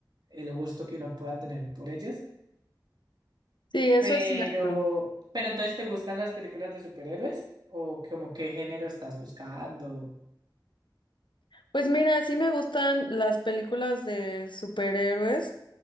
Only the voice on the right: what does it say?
el gusto que uno pueda tener por ellos.
Pero,
pero entonces, ¿te gustan las películas de superhéroes? ¿O como qué género estás buscando?